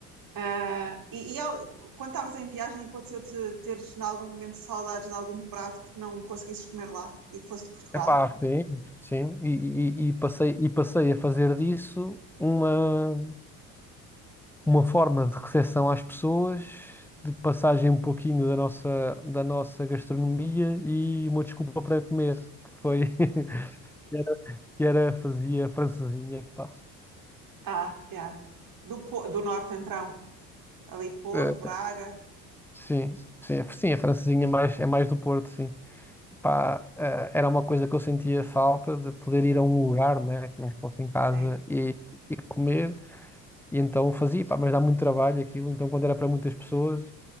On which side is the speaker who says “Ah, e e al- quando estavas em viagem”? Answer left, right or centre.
Right